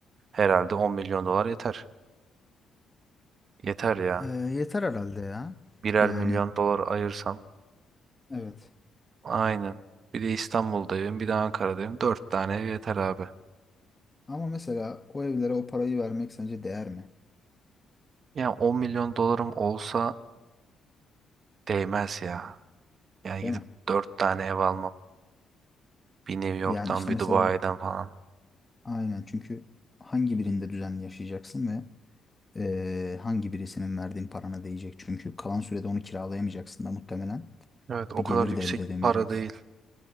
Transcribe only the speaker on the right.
Herhalde 10 milyon dolar yeter. Yeter ya.
birer
milyon dolar ayırsam.
Aynen. Bir de İstanbul'da evim, bir de Ankara'da evim. Dört tane ev yeter abi.
Yani 10 milyon dolarım olsa değmez ya. Yani
gidip
dört tane ev almam. Bir New York'tan,
bir
Dubai'den falan.
Evet, o
kadar
yüksek
bir para değil.